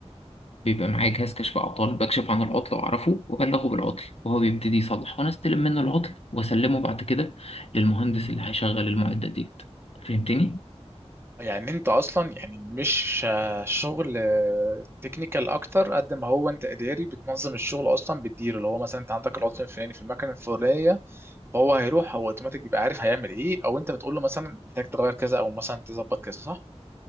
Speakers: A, on the left; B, on the right.
A: بيبقى معايا جهاز كشف أعطال بكشف عن العطل وأعرفه وأبلغه بالعطل وهو بيبتدي يصلح وأنا أستلم منه العطل وأسلمه بعد كده للمهندس اللي هيشغل المعدات ديت فهمتني؟
B: يعني انت اصلا يعني مش آه، شغل تكنيكال اكتر قد ما هو انت اداري بتنظم الشغل اصلا بتديره اللي هو مثلا انت عندك العطل الفلاني في المكنه الفلانيه فهو هيروح هو اوتوماتيك بيبقى عارف هيعمل ايه او انت بتقول له مثلا محتاج تغير كذا او مثلا تظبط كذا صح؟